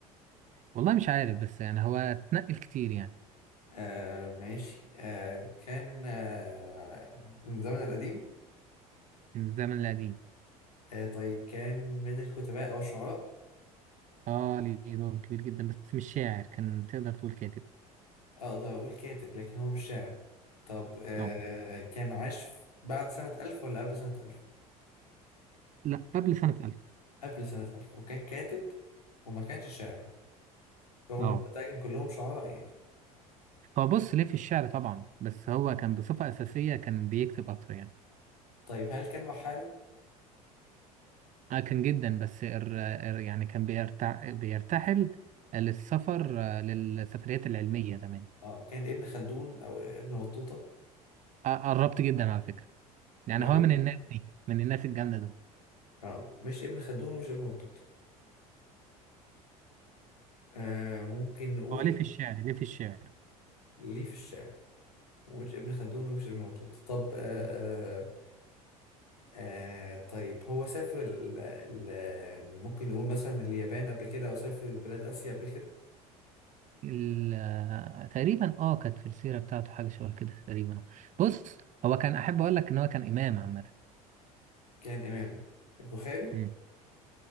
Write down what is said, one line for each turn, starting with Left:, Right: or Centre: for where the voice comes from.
Right: والله مش عارف بس يعني هو اتنقل كتير يعني
Left: آه ماشي آه كان آه من الزمن القديم
Right: من الزمن القديم
Left: آه طيب كان من الكتباء أو الشعراء
Right: اه ليه دور كبير جدا بس مش شاعر كان تقدر تقول كاتب
Left: أقدر أقول كاتب لكن هو مش شاعر طب آه
Right: اه
Left: كان عاش في- بعد سنة ألف ولا قبل سنة ألف؟
Right: لا قبل سنة 1000
Left: قبل سنة ألف وكان كاتب وما كانش شاعر رغم
Right: اه
Left: إن البتاع كان كلهم شعراء يعني
Right: هو بص ليه في الشعر طبعا بس هو كان بصفة أساسية كان بيكتب أكتر يعني
Left: طيب هل كان وحالة؟
Right: اه كان جدا بس ار ار يعني كان بيرتع بيرتحل للسفر آه، للسفريات العلمية زمان
Left: اه كان ابن خلدون أو ابن بطوطة
Right: آه، قربت جدا على فكرة يعني
Left: مش
Right: هو
Left: ابن
Right: من الناس دي من الناس الجامدة دول
Left: اه مش ابن خلدون ومش ابن بطوطة آه ممكن نقول
Right: هو ليه في الشعر ليه في الشعر
Left: ليه في الشعر ومش ابن خلدون ومش ابن بطوطة طب آه آه آه طيب هو سافر ال ال ممكن نقول مثلا اليابان قبل كده أو سافر بلاد آسيا قبل كده
Right: ال- آه، تقريبا اه كانت في السيرة بتاعته حاجة شبه كده تقريبا بص هو كان أحب أقول لك إن هو كان إمام عامة
Left: كان إمام البخاري
Right: مم.